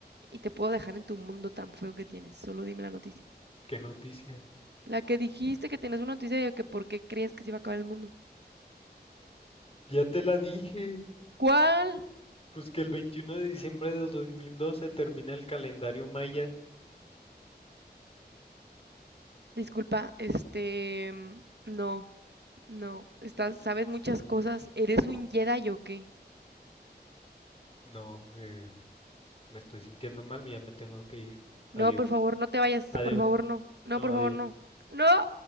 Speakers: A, on the right; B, on the left.
A: y te puedo dejar en tu mundo tan feo que tienes. Solo dime la noticia.
B: ¿Qué noticia?
A: La que dijiste que tenías una noticia de que por qué creías que se iba a acabar el mundo.
B: Ya te la dije.
A: ¿Cuál?
B: Pues que el 21 de diciembre de 2012 termina el calendario maya.
A: Disculpa, este, mm, no, No, estás, sabes muchas cosas. ¿Eres un Jedi o qué?
B: No, eh, me estoy sintiendo mal, ya me tengo que ir.
A: No,
B: Adiós.
A: por favor, no te vayas.
B: Adiós.
A: Por favor, no. No,
B: No,
A: por
B: adiós.
A: favor, no. No.